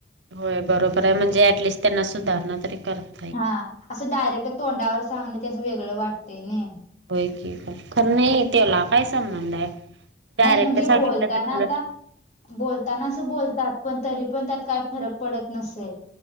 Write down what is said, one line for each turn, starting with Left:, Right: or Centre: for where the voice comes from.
Right: होय बरोबर आहे म्हणजे ऍटलिस्ट त्यांना सुधारणा तरी करत
Left: हा असं डायरेक्ट तोंडावर सांगण ते असं वेगळं वाटतंय नाही
Right: हो क का ख नाही इ ते अलाका ह संबंध आहे डायरेक्ट
Left: नाही म्हणजे
Right: सांगितलं
Left: बोलताना
Right: तर उलट
Left: आता बोलताना अस बोलतात पण तरी पण त्यात काय फरक पडत नसेल